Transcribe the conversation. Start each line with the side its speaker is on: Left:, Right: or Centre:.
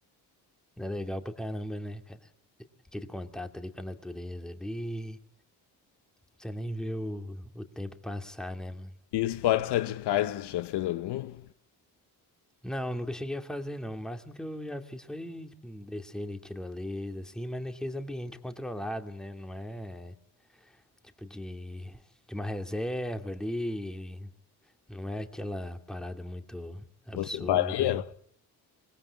Centre: É legal pra caramba, né, cara? Aquele contato ali com a natureza ali. Você nem vê o, o tempo passar, né, mano?
Left: E esportes radicais, você já fez algum?
Centre: Não, nunca cheguei a fazer, não. O máximo que eu já fiz foi tipo, descer de tirolesa, assim, mas naqueles ambientes controlados, né? Não é tipo de, de uma reserva ali, não é aquela parada muito absurda,
Left: Você faria?
Centre: não.